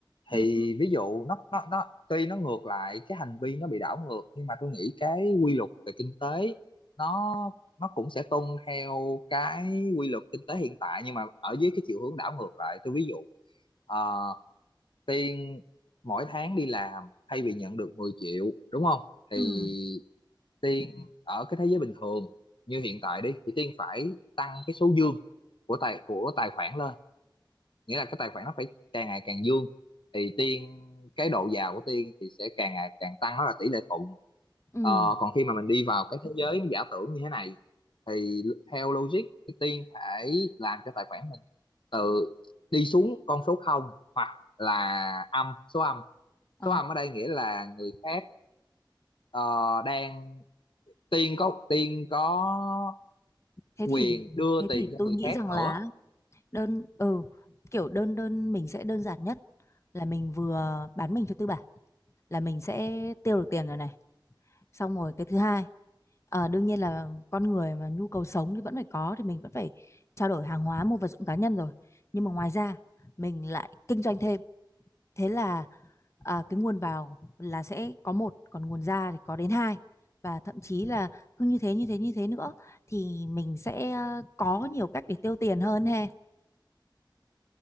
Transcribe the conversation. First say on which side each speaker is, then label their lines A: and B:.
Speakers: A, on the left; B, on the left.
A: Ừ.
B: thì ví dụ nó nó nó tuy nó ngược lại cái hành vi nó bị đảo ngược nhưng mà tôi nghĩ cái quy luật về kinh tế nó nó cũng sẽ tuân theo cái quy luật kinh tế hiện tại nhưng mà ở dưới cái chiều hướng đảo ngược lại tôi ví dụ ờ, Tiên mỗi tháng đi làm thay vì nhận được 10 triệu đúng không? Thì
A: Ừ.
B: Tiên ở cái thế giới bình thường như hiện tại đi thì Tiên phải tăng cái số dương của tài của tài khoản lên nghĩa là cái tài khoản nó phải càng ngày càng dương thì tiên cái độ giàu của tiên thì sẽ càng ngày càng tăng đó là tỷ lệ thuận
A: Ừ.
B: Ờ, còn khi mà mình đi vào cái thế giới giả tưởng như thế này thì theo logic thì tiên phải làm cho tài khoản mình từ đi xuống con số không hoặc là âm số âm
A: Ờ.
B: số âm ở đây nghĩa là người khác ờ, đang tiên có tiên có
A: Thế
B: quyền
A: thì
B: đưa
A: thế
B: tiền
A: thì
B: cho
A: tôi
B: người
A: nghĩ
B: khác
A: rằng
B: nữa
A: là đơn ừ, kiểu đơn đơn mình sẽ đơn giản nhất là mình vừa bán mình cho tư bản là mình sẽ tiêu được tiền rồi này. Xong rồi cái thứ hai Ờ, đương nhiên là con người mà nhu cầu sống thì vẫn phải có thì mình vẫn phải trao đổi hàng hóa mua vật dụng cá nhân rồi nhưng mà ngoài ra mình lại kinh doanh thêm thế là à, cái nguồn vào là sẽ có một còn nguồn ra thì có đến hai và thậm chí là cứ như thế như thế như thế nữa thì mình sẽ ờ, có nhiều cách để tiêu tiền hơn he